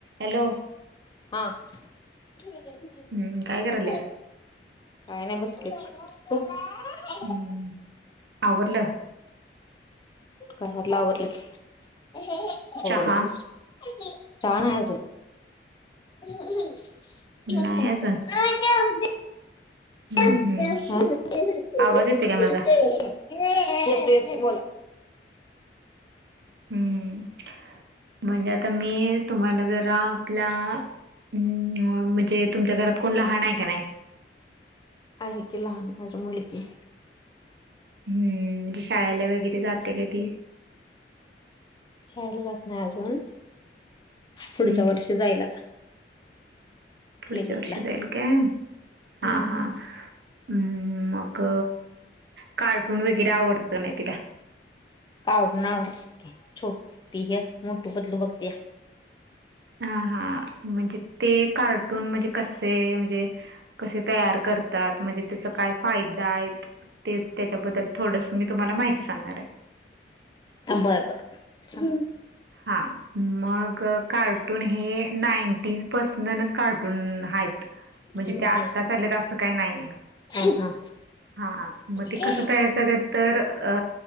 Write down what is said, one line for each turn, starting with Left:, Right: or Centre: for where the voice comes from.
Right: Hello <unintelligible>
Left: हा <unintelligible>
Right: हम्म काय करायल्यास
Left: काय नाही बसल खूप <unintelligible>
Right: हम्म आवरलं <unintelligible>
Left: घरातल आवरलं कि आवरूनच
Right: चहा
Left: बसली <unintelligible> शाळा नाही आजून <unintelligible> का <unintelligible>
Right: नाही अजून
Left: <unintelligible> <unintelligible>
Right: हम्म
Left: येतय
Right: हम्म
Left: येतय
Right: आवाज येतोय काय माझा
Left: बोला <unintelligible>
Right: हम्म म्हणजे आता मी <unintelligible> तुम्हाला जरा आपल्या अ म्हणजे तुमच्या घरात कोण लहान आहे का नाही <unintelligible>
Left: आहे की लहान माझ्या मुलगी <unintelligible>
Right: हम्म म्हणजे शाळेला वगैरे जाते का ती
Left: शाळेला जक नाही अजून पुढच्या
Right: हम्म
Left: वर्षी जायला आता
Right: पुढच्या
Left: प्ले ग्रुपला
Right: वर्षी जाईल काय
Left: हम्म
Right: हा हा हम्म मग कार्टून वगैरे आवडतं की नाही तिला
Left: <unintelligible> छोटी ते हे मोठू पतलु बघते या
Right: हा हा म्हणजे ते कार्टून म्हणजे कसे म्हणजे कसे तयार करतात म्हणजे त्याचा काय फायदा आहे ते त्याच्याबद्दल थोडस मी तुम्हाला माहिती सांगणार आहे
Left: बरं बर बर
Right: हा मग कार्टून हे नाईंटीजपसूनच कार्टून आहेत म्हणजे
Left: हम्म
Right: ते आत्ताच आल्यात असं काही नाहीय
Left: हा हा
Right: हा मग ते
Left: हा
Right: कसं तयार करतेत तर अ